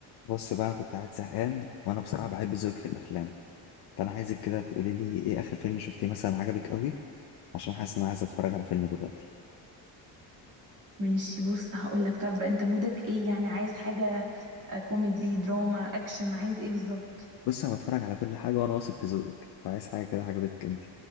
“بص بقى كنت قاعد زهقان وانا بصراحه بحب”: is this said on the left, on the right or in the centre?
Left